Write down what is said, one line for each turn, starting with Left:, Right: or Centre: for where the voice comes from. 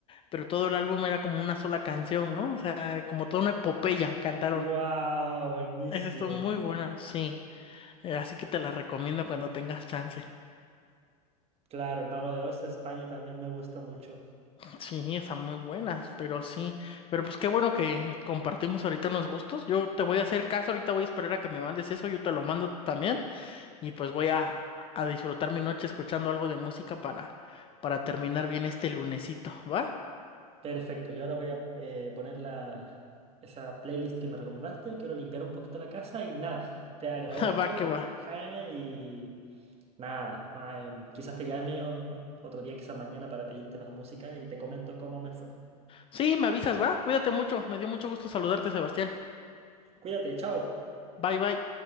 Left: pero todo el álbum era como una sola canción, ¿no? O sea, como toda una epopeya cantaron.
Right: Wow, buenísimo.
Left: Esa estuvo muy buena, sí. Eh, Así que te la recomiendo cuando tengas chance.
Right: Claro, el Mago de Oz de España también me gusta mucho.
Left: Sí, están muy buenas, pero sí. Pero pues qué bueno que compartimos ahorita unos gustos. Yo te voy a hacer caso, ahorita voy a esperar a que me mandes eso, yo te lo mando también. Y pues voy a, a disfrutar mi noche escuchando algo de música para, para terminar bien este lunesito, ¿va?
Right: Perfecto, yo ahora voy a eh, poner la, esa playlist que me recomendaste. Quiero limpiar un poquito la casa y nada, te agradezco,
Left: <laughs> Va que va.
Right: Jaime, y... Nada, ma- em, quizás te llame o- o- otro día, quizás mañana para pedirte más música y te comento cómo me fue.
Left: Sí, me avisas, ¿va? Cuídate mucho. Me dio mucho gusto saludarte, Sebastián.
Right: Cuídate, chao.
Left: Bye, bye.